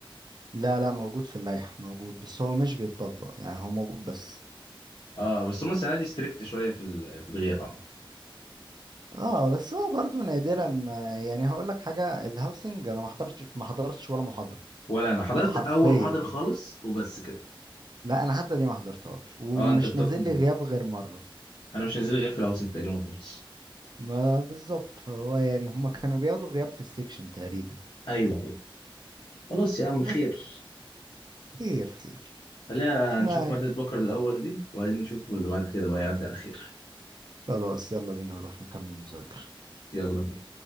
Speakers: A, on the right (about 50°); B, on the left (about 65°).
A: لا لا موجود في اللائحة موجود بس هو مش بيتطبق يعني هو موجود بس
B: اه بس هم السنه دي ستريكت شويه في ال- في الغياب عامه
A: اه بس هو برضو نادرا ما يعني هقول لك حاجه الهاوسنج انا ما حضرتش ما حضرتش ولا محاضره
B: ولا انا حضرت
A: لا، حرفيا
B: اول محاضره خالص وبس كده
A: لا انا حتى دي ما حضرتهاش ومش
B: اه انت بتاخد
A: نازل لي غياب غير مره
B: انا مش نازل غير في الهاوسنج تقريبا خالص
A: ما بالظبط فهو يعني هما كانوا بياخدوا غياب في السكشن تقريبا
B: ايوه ايوه خلاص يا عم
A: بس
B: خير
A: خير خير
B: خلينا
A: احنا
B: نشوف ماده بكره الاول دي وبعدين نشوف اللي بعد كده بقى يعدي على خير
A: خلاص يلا بينا نروح نكمل مذاكره
B: يلا بينا